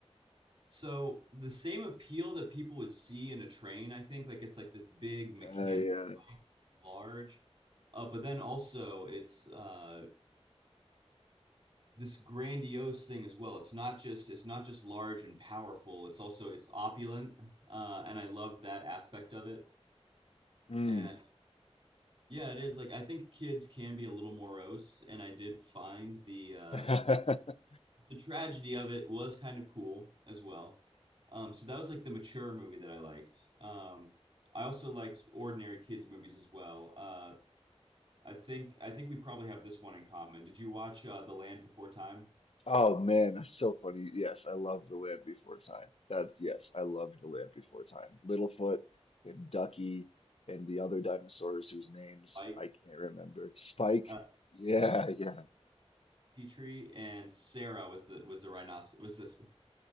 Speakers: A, on the right (about 55°); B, on the left (about 65°).
A: So the same appeal that people would see in a train, I think, like it's like this big mechanical,
B: I, uh,
A: it's large, uh, but then also it's uh, this grandiose thing as well. It's not just it's not just large and powerful. It's also it's opulent, uh, and I love that aspect of it.
B: mm.
A: And yeah, it is like I think kids can be a little morose, and I did find the uh,
B: <laughs>
A: the tragedy of it was kind of cool as well. Um, so that was like the mature movie that I liked. Um, I also liked ordinary kids movies as well. Uh, I think I think we probably have this one in common. Did you watch uh, The Land Before Time?
B: Oh man, that's so funny. Yes, I love The Land Before Time. That's yes, I love The Land Before Time. Littlefoot and Ducky and the other dinosaurs whose names
A: Like
B: I can't remember. Spike.
A: uh,
B: Yeah,
A: Petrie,
B: yeah.
A: Petrie and Sarah was the was the rhinoceros was this